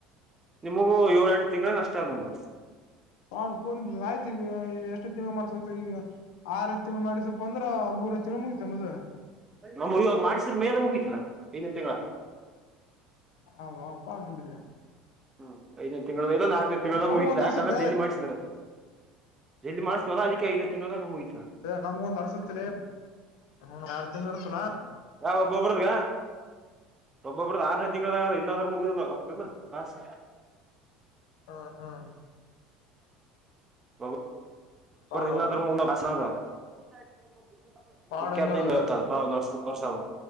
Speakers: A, on the right; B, on the left.
A: ನಿಮಗೂ ಏಳ ಎಂಟು ತಿಂಗಗಳ ಅಷ್ಟ ಆದ್ ನಿಮತ್
B: ಹಾಡ್ ಪೋನ ಆಯ್ತ ಈಗ ಎಷ್ಟು ತಿಂಗ ಮಾಡ್ಸ ಈಗ ಆರ ತಿಂಗ ಮಾಡಿಸಪ್ಪ ಅಂದ್ರ ಮೂರುತ್ತು ಮುಗಿತ ಮದ
A: ನಮ ಇವಾಗ ಮಾಡಸ್ರ ಮೇದಂಬಯತದ ಇನೇ ತಿಂಗಳ
B: ಹ ಅಪ್ಪ ಅವ್ ನುಂಬಿದ
A: ಹ್ಮ್ ಐದನೇ ತಿಂಗಳ ಇಲ್ಲ ನಾಲ್ಕನೇ ತಿಂಗಳಾಗ
B: ನಮ್ಗ
A: ಮುಗಿದ
B: ಒಂದ್
A: ಯಾಕಂದ್ರೆ
B: ಅರ್ಸತ್ತೆ
A: ಜಲ್ಲಿ ಮಾಡ್ಸಿದ್ರ ಎಲ್ಲಿ ಮಾಡಿಸ್ತಾರಲ್ಲ ಅದಕ್ಕೆ ಐದು ತಿಂಗಳಳ ಹ ಮುಯ್ತ್ತು
B: ನಮ್ಗ ಒಂದ್ ಅರ್ಸತ್ <unintelligible> ಇರ್ತ್ತಲಾ
A: ಯಾವ ಒಬ್ಬೊಬ್ಬ್ರದಗ ಒಬ್ಬೊ ಒಬ್ಬ್ದ ಆರನೇ ತಿಂಗಳ ಇನ್ನಾದ್ರ ಮುಗಿದಲ್ಲಾಸ್
B: ಹಾ ಹಾ
A: <unintelligible>
B: ಪಾಡ್ ಅವ್ರದ ಪಾಡ್
A: ಅದಕ್ಕೆದ
B: ಅಂದ ಅವ್ರದ
A: ಇತ್ತ ಅಲ್ಪ ಒಂದ್ ವರ್ಷದರ್ಸ